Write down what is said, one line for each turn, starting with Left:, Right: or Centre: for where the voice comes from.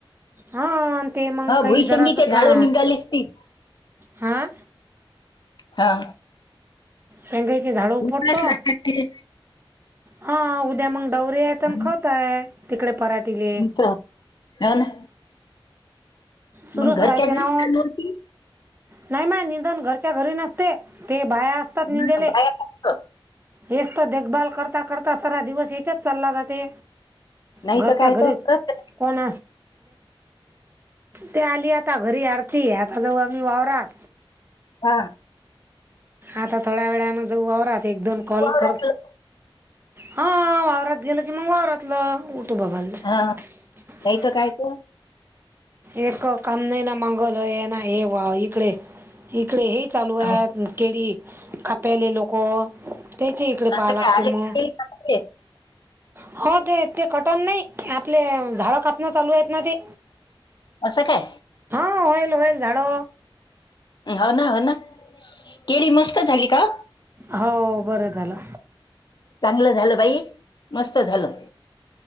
Right: हा. ते मग
Left: ह
Right: काही
Left: भुईशंगीचे
Right: जरासं
Left: झाड
Right: का
Left: निघाली असती
Right: हा
Left: हा.
Right: शेंगाईचे झाडू उपडतो
Left: उकडाच लागतात ते
Right: हा उद्या मग डवरे आहे
Left: हं,
Right: तरण खतय तिकडे पराठीले
Left: तुमचं हो ना
Right: सुरूच
Left: मग घरच्या
Right: राहते
Left: घरी
Right: ना
Left: चालू होती
Right: नाही मा निधन घरच्या घरी नसते ते बाया असतात निंदेले.
Left: हं, बाया फक्त
Right: हेच तर देखभाल करता करता सरा दिवस याच्यात चालला जाते.
Left: नाही
Right: घरच्या
Left: तर काय
Right: घरी
Left: तर खरंच
Right: कोण ते आली आता घरी आरती आता जाऊ आम्ही वावररात
Left: हा!
Right: आता थोड्या वेळान जऊ वावरात एक दोन कॉल
Left: वावरातलं.
Right: कर हा वावरात गेलं की मग वावरात. <unintelligible>
Left: हा नाही तर काय तर
Right: एक काम नाही ना मंगल हे ना हे वा इकडे. इकडे हे चालू
Left: हो.
Right: आहे केडी खप्याले लोक. त्याच्या इकडे पाहां
Left: असं
Right: लागते
Left: काय आले
Right: म.
Left: की ते
Right: हो ते ते कटण नाही आपले झाड कापणं चालू आहेत ना ती.
Left: असं काय.
Right: होईल होईल झाडो.
Left: हो ना हो ना केळी मस्त झाली हो.
Right: हो बरं झालं
Left: चांगलं झालं बाई मस्त झालं.